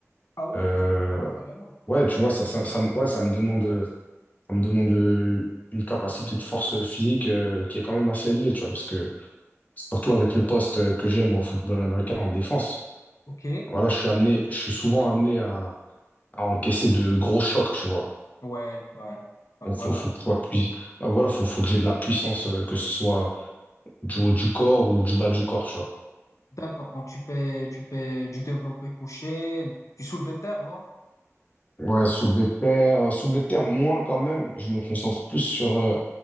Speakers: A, on the left; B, on the left.
A: Ah ouais,
B: Euh,
A: ah ouais, carrément.
B: ouais, tu vois, ça, ça, ça, me- ouais, ça me demande, euh, ça me demande euh, une capacité de force physique euh, qui est quand même assez élevée, tu vois, parce que surtout avec le poste euh, que j'aime au football américain en défense,
A: Ok,
B: voilà, je suis amené, je suis souvent amené à à encaisser de gros chocs, tu vois.
A: ouais, ouais. Donc
B: Donc,
A: voilà.
B: faut, faut que je sois pui- bah, voilà, faut, faut que j'ai de la puissance, euh, que ce soit du haut du corps ou du bas du corps, tu vois.
A: D'accord, donc tu fais, tu fais du développé couché, du soulevé de terre, non?
B: Ouais, soulever de terre, euh, soulever de terre moins quand même. Je me concentre plus sur, euh,